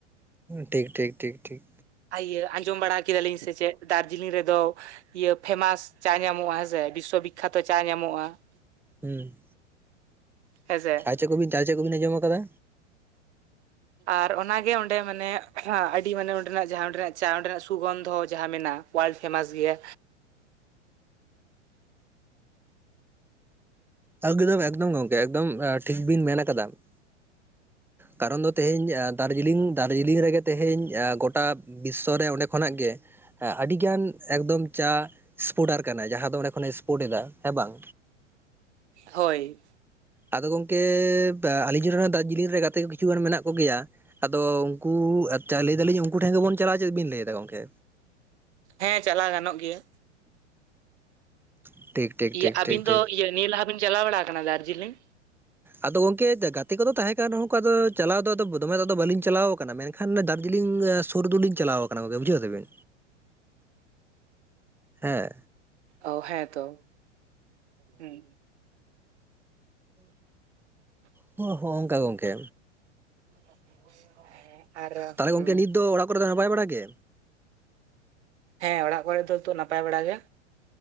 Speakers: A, in the centre; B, on the right (about 65°).
A: ᱴᱷᱤᱠ ᱴᱷᱤᱠ ᱴᱷᱤᱠ ᱴᱷᱤᱠ
B: ᱤᱭᱟᱹ ᱟᱸᱡᱚᱢ ᱵᱟᱲᱟ ᱠᱮᱫᱟᱞᱤᱧ ᱥᱮ ᱪᱮᱫ ᱫᱟᱨᱡᱤᱞᱤᱝ ᱨᱮᱫᱚ ᱤᱭᱟᱹ ᱯᱷᱮᱢᱟᱥ ᱪᱟ ᱧᱟᱢᱚᱜᱼᱟ ᱦᱮᱸᱥᱮ ᱵᱤᱥᱥᱚ ᱵᱤᱠᱠᱷᱟᱛᱚ ᱪᱟ ᱧᱟᱢᱚᱜᱼᱟ ᱾
A: ᱦᱮᱸ
B: ᱦᱮᱸ ᱥᱮ
A: ᱪᱮᱫ ᱠᱚᱵᱤᱱ ᱟᱨ ᱪᱮᱫ ᱠᱚᱵᱤᱱ ᱟᱸᱡᱚᱢ ᱟᱠᱟᱫᱟ
B: ᱟᱨ ᱚᱱᱟ ᱜᱮ ᱚᱸᱰᱮ ᱢᱟᱱᱮ ᱟᱹᱰᱤ ᱢᱟᱱᱮ ᱚᱸᱰᱮᱱᱟᱜ ᱡᱟᱦᱟᱸ ᱚᱸᱰᱮᱱᱟᱜ ᱪᱟ ᱚᱸᱰᱮᱱᱟᱜ ᱥᱩᱜᱚᱱᱫᱷᱚ ᱡᱟᱦᱟᱸ ᱢᱮᱱᱟᱜᱼᱟ ᱾ ᱵᱟᱭ ᱯᱷᱮᱢᱟᱥ ᱜᱮᱭᱟ᱾
A: ᱮᱠᱫᱚᱢ ᱮᱠᱫᱚᱢ ᱜᱚᱝᱠᱮ ᱮᱠᱫᱚᱢ ᱴᱷᱤᱠ ᱵᱤᱱ ᱢᱮᱱ ᱟᱠᱟᱫᱟ ᱾ ᱠᱟᱨᱚᱱ ᱫᱚ ᱛᱮᱦᱮᱧ ᱫᱟᱨᱡᱤᱞᱤᱝ ᱫᱟᱨᱡᱤᱞᱤᱝ ᱨᱮᱜᱮ ᱛᱮᱦᱮᱧ ᱜᱚᱴᱟ ᱵᱤᱥᱥᱚ ᱨᱮ ᱚᱸᱰᱮ ᱠᱷᱚᱱᱟᱜ ᱜᱮ ᱦᱮ ᱟᱹᱰᱤ ᱜᱟᱱ ᱮᱠᱫᱚᱢ ᱪᱟ ᱥᱯᱳᱨᱴᱟᱨ ᱠᱟᱱᱟᱭ ᱡᱟᱦᱟᱸ ᱫᱚ ᱚᱸᱰᱮ ᱠᱷᱚᱱᱮ ᱮ ᱥᱯᱳᱨᱴ ᱮᱫᱟ᱾ ᱦᱮᱸ ᱵᱟᱝ?
B: ᱦᱳᱭ᱾
A: ᱟᱫᱚ ᱜᱚᱝᱠᱮ ᱟᱞᱤᱧ ᱨᱮᱱ ᱦᱚᱸ ᱫᱟᱨᱡᱤᱞᱤᱝ ᱨᱮ ᱜᱟᱛᱮ ᱠᱚ ᱠᱤᱪᱷᱩ ᱜᱟᱱ ᱢᱮᱱᱟᱜ ᱠᱚᱜᱮᱭᱟ᱾ ᱟᱫᱚ ᱩᱱᱠᱩ ᱟᱪᱪᱷᱟ ᱞᱟᱹᱭ ᱫᱟᱞᱤᱧ ᱩᱱᱠᱩ ᱴᱷᱮᱱ ᱜᱮᱵᱚᱱ ᱪᱟᱞᱟᱜᱼᱟ ᱪᱮᱫ ᱵᱤᱱ ᱞᱟᱹᱭᱫᱟ ᱜᱚᱝᱠᱮ᱾
B: ᱦᱮᱸ ᱪᱟᱞᱟᱣ ᱜᱟᱱᱚᱜ ᱜᱮᱭᱟ᱾
A: ᱴᱷᱤᱠ᱾ ᱴᱷᱤᱠ
B: ᱤᱭᱟᱹ
A: ᱴᱷᱤᱠ
B: ᱟᱹᱵᱤᱱ
A: ᱴᱷᱤᱠ
B: ᱫᱚ
A: ᱴᱷᱤᱠ
B: ᱤᱭᱟᱹ ᱱᱤᱭᱟᱹ ᱞᱟᱦᱟ ᱵᱤᱱ ᱪᱟᱞᱟᱣ ᱵᱟᱲᱟ ᱠᱟᱱᱟ ᱫᱟᱨᱡᱤᱞᱤᱝ?
A: ᱟᱫᱚ ᱜᱚᱝᱠᱮ ᱜᱟᱛᱮ ᱠᱚᱫᱚ ᱛᱟᱦᱮᱸ ᱠᱟᱱ ᱨᱮᱦᱚᱸ ᱠᱚ ᱫᱚ ᱪᱟᱞᱟᱣ ᱫᱚ ᱫᱚᱢᱮ ᱫᱷᱟ ᱫᱚ ᱵᱟᱹᱞᱤᱧ ᱪᱟᱞᱟᱣ ᱟᱠᱟᱱᱟ ᱢᱮᱱ ᱮᱱᱠᱷᱟᱱ ᱫᱟᱨᱡᱤᱞᱤᱝ ᱥᱩᱨ ᱫᱚ ᱞᱤᱧ ᱪᱟᱞᱟᱣ ᱟᱠᱟᱱᱟ ᱜᱚᱝᱠᱮ ᱵᱩᱡᱷᱟᱹᱣ ᱫᱟᱵᱮᱱ ᱦᱮᱸ᱾
B: ᱚ ᱦᱮᱸ ᱛᱚ ᱦᱩᱸ᱾
A: ᱦᱚᱸ ᱦᱚᱸ ᱚᱱᱠᱟ ᱜᱚᱝᱠᱮ᱾
B: <inaudible>
A: ᱛᱟᱦᱚᱞᱮ ᱜᱚᱝᱠᱮ
B: ᱦᱩᱸ
A: ᱱᱤᱛ ᱫᱚ ᱚᱲᱟᱜ ᱠᱚᱨᱮ ᱫᱚ ᱱᱟᱯᱟᱭ ᱵᱟᱲᱟ ᱜᱮ?
B: ᱦᱮᱸ ᱚᱲᱟᱜ ᱠᱚᱨᱮ ᱫᱚ ᱛᱚ ᱱᱟᱯᱟᱭ ᱵᱟᱲᱟ ᱜᱮ᱾